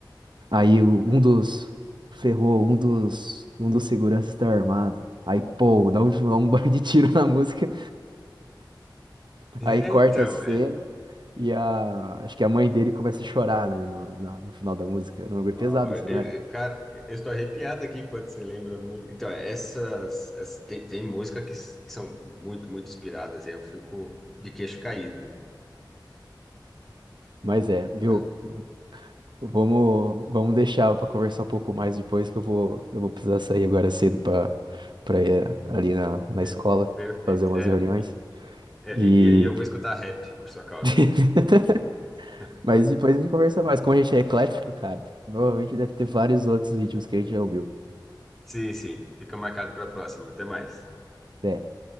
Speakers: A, on the right; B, in the centre.
A: Aí o- um dos, ferrou, um dos, um dos seguranças tá armado. Aí, pô, dá um, <laughs> um bar de tiro na música,
B: É,
A: aí corta
B: Então,
A: a cena.
B: é.
A: E a, acho que a mãe dele começa a chorar, né, no, na- no final da música. Era um
B: Uau,
A: bagulho pesado, assim,
B: eu,
A: não era?
B: eu- cara, eu estou arrepiado aqui quando você lembra a música. Então, essas, essas- tem, tem música que, s- que são muito, muito inspiradas, e aí eu fico de queixo caído.
A: Mas é,
B: Cara,
A: viu? Vamos, vamos deixar pra conversar um pouco mais depois, que eu vou, eu vou precisar sair agora cedo pra, pra ir ali na, na
B: per-
A: escola
B: perfeito.
A: fazer umas
B: É,
A: reuniões.
B: é,
A: E.
B: e, e e eu vou escutar rap por sua causa.
A: <laughs>
B: <laughs>
A: Mas depois a gente conversa mais. Como a gente é eclético, cara, provavelmente deve ter vários outros ritmos que a gente já ouviu.
B: Sim, sim, fica marcado para a próxima. Até mais.
A: Até.